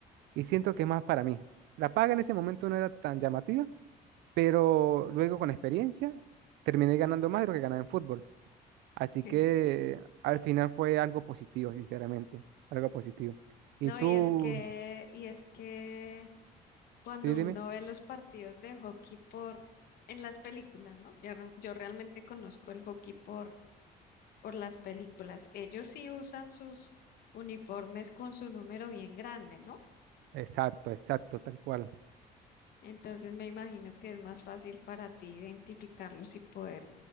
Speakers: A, on the right; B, on the left.
A: Y siento que es más para mí. La paga en ese momento no era tan llamativa, pero luego con la experiencia terminé ganando más de lo que ganaba en fútbol. Así
B: qué
A: que
B: raro.
A: al final fue algo positivo, sinceramente, algo positivo. ¿Y
B: No,
A: tú?
B: y es que, y es que cuando
A: Sí, dime.
B: uno ve los partidos de hockey por en las películas, ¿no? Ya re- yo realmente conozco el hockey por por las películas. Ellos sí usan sus uniformes con su número bien grande, ¿no?
A: Exacto, exacto, tal cual.
B: Entonces me imagino que es más fácil para ti identificarlos y poder